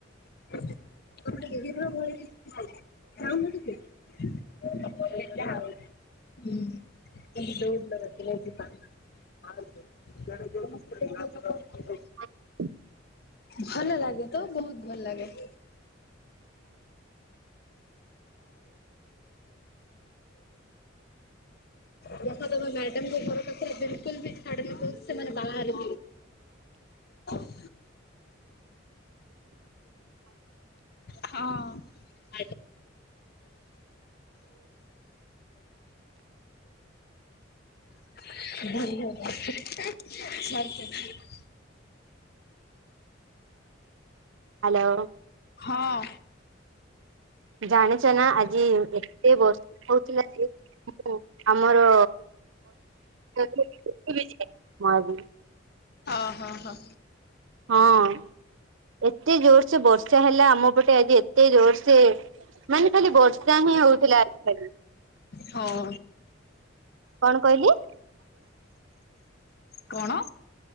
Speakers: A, on the left; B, on the right.
A: <inaudible> <inaudible> <inaudible> <inaudible>
B: <inaudible>
A: ଭଲ ଲାଗେ ତ ବହୁତ୍। ଭଲ୍ ଲାଗେ। <inaudible> ଦେଖ ତମ ମ୍ୟାଡମ୍ ଙ୍କ ଘର ପାଖେରେ ବିଲକୁଲ୍ ବି <unintelligible> ସେମାନେ। <inaudible> ହଁ। <inaudible> <inaudible>
B: ହାଲୋ।
A: ହଁ।
B: ଜାଣିଚ ନା ଆଜି ଏତେ ବର୍ଷା ହଉଥିଲା ଯେ, ମୁଁ ଆମର <inaudible>
A: ଓ-ହୋ-ହୋ।
B: ହଁ ଏତେ ଜୋର୍ସେ ବର୍ଷା ହେଲା ଆମପଟେ ଆଜି ଏ ତେ ଜୋର୍ସେ ମାନେ ଖାଲି ବର୍ଷା ହିଁ ହଉଥିଲା ଆଜି ଖାଲି।
A: ହଉ।
B: କଣ କହିଲେ?
A: କଣ?